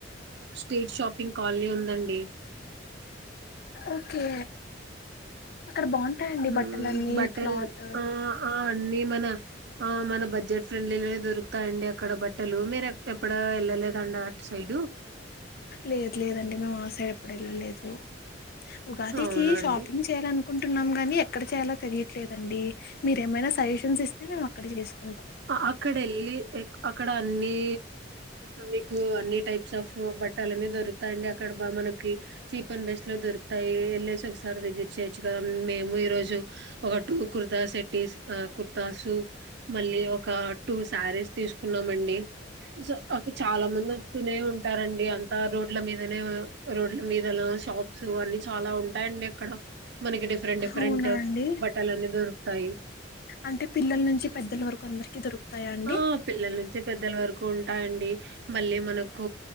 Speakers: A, on the right; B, on the left.
A: స్ట్రీట్ షాపింగ్ కాలనీ ఉందండి
B: ఓకే అక్కడ బాగుంటాయండి
A: మ్మ్
B: బట్టలన్నీ
A: బట్టల్
B: క్లాత్
A: ఆ ఆ అన్ని మన ఆ మన బడ్జెట్ ఫ్రెండ్లీ దొరుకుతాయిండి అక్కడ బట్టలు మీరు ఎప్ ఎప్పుడ వెళ్ళలేదండి అట్ సైడు
B: లేదు లేదండి మేము ఆ సైడ్ ఎప్పుడు వెళ్ళలేదు ఉగాదికి
A: అవునా
B: షాపింగ్
A: అండి
B: చేయాల కుంటున్నాం కాని ఎక్కడ చేయాలో తెలియ ట్లేదు అండి మీరేమైనా సజెషన్స్ ఇస్తే మే అక్కడికి చేసుకు
A: అక్కడ వెళ్ళి అక్కడ అన్ని మీకు అన్ని టైప్స్ ఆఫ్ బట్ట లని దొరుకుతాయిడి అక్కడ బా మనకి చీప్ అండ్ బెస్ట్ లో దొరుకుతాయి వెళ్ళసి ఒకసారి విజిట్ చేయొచ్చు కదాం మేము ఈ రోజు ఒక టటు కుర్తా సెట్టి కుర్తాసు మళ్ళీ ఒక టూ శారీస్ తీసుకున్నామ అండి సో అ చాలా మంది వస్తూనే ఉంటారండి రోడ్ల మీదనే రోడ్ల మీద షాప్స్ అన్ని చాలా ఉంటాయిడి అక్కడ మనకి డిఫరెంట్ డిఫరెంట్
B: అవునా అండి
A: బట్టలు అన్న దొరుకుతాయి
B: అంటే పిల్లల నుంచి పెద్దల వరకు అందరికి దొరుకుతాయా అండి
A: ఆ పిల్లల నుంచి పెద్దల వరకు ఉంటాయండి మళ్ళీ మనకు